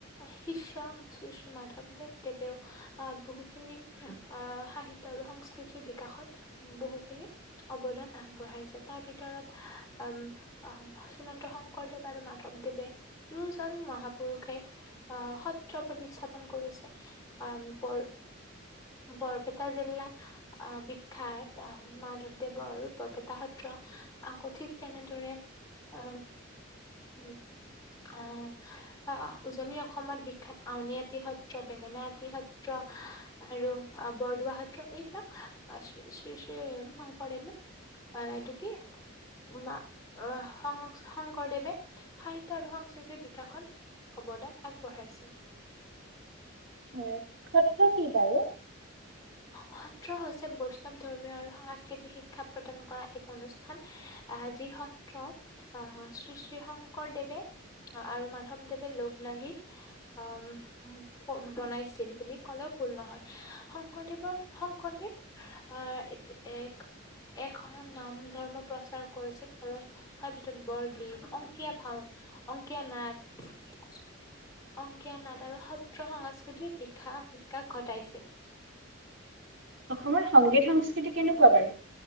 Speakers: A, on the left (about 15°); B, on the right (about 60°).
A: শিষ্য শ্ৰী শ্ৰী মাধৱদেৱ, আ, দেৱেও আ, বহুখিনি অ', সাহিত্য আৰু সংস্কৃতিৰ বিকাশত বহুখিনি অৱদান আগবঢ়াইছে তাৰ ভিতৰত আম আহ শ্ৰীমন্ত শংকৰদেৱ আৰু মাধৱদেৱে দুয়োজন মহাপুৰুষে আ সত্ৰ প্ৰতিস্থাপন কৰিছে। অ', বৰ বৰপেটা জিলাত আ বিখ্যাত আ মাধৱদেৱৰ আৰু বৰপেটা সত্ৰ। আকৌ ঠিক তেনেদৰে, আ, উম আ আ, উজনি অসমত বিখ্যাত আউনী আটি সত্ৰ, বেঙেনা আটি সত্ৰ আৰু আ বৰদোৱা সত্ৰ, এইবিলাক আ শ্ৰ, আ শ্ৰী শ্ৰী শংকৰদেৱে আ, এইটো কি বা সংচ-শংকৰদেৱে সাহিত ত্য আৰু সংস্কৃতিৰ বিকাশত অৱদান আগবঢ়াইছে।
B: হয়, সত্ৰ কি বাৰু?
A: সত্ৰ হৈছে বৈষ্ণৱ ধৰ্মীয় আৰু সাংস্কৃতিক শিক্ষা প্ৰদান কৰা এক অনুষ্ঠান। আহ যি সত্ৰ আহ শ্ৰী শ্ৰী শংকৰদেৱে অ', আৰু মাধৱ দেেৱে লগ লাগি অ', ক বনাইছিল বুলি ক'লেও ভুল নহয়। <unintelligible> শংকৰদেৱ আহ এত এক একশৰণ নাম ধৰ্ম প্ৰচাৰ কৰিছিল আৰু তাৰ ভিতৰত বৰগীত, অংকীয়াা ভাও অংকীয়া নাট <unintelligible> অংকীয়া নাট আৰু সত্ৰ সংস্কৃতিৰ বিশা--বিকাশ ঘটাইছিল।
B: অসমৰ সংগীত সংস্কৃতি কেনেকুৱা বাৰু?